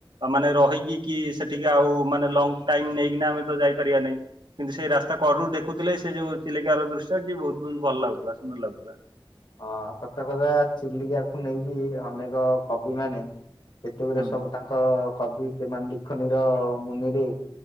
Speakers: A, on the right (about 60°); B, on the left (about 60°).
A: ମାନେ ରହିକି କି ସେଠିକି ଆଉ ମାନେ ଲ ଟାଇମ ନେଇକିନା ତ ଯାଇପାରିବା ନାହିଁ କିନ୍ତୁ ସେଇ ରାସ୍ତା କରରୁ ଦେଖୁଥିଲେ ସେ ଯୋଉ ଚିଲିକାର ଦୃଶ୍ୟ କି ବହୁତ ଭଲ ଲାଗୁଥିଲା। ଭ ସୁନ୍ଦର ଲାଗୁଥିଲା।
B: ହଁ ସତ କଥା ଚିଲିକାକୁ ନେଇକି ଅନେକ କବି ମାନେ କେତେ ଗୁରେ
A: ହଁ।
B: ସବୁ ତାଙ୍କ କବି ସେମାନେ ଲିଖନୀର ମୁନିରେ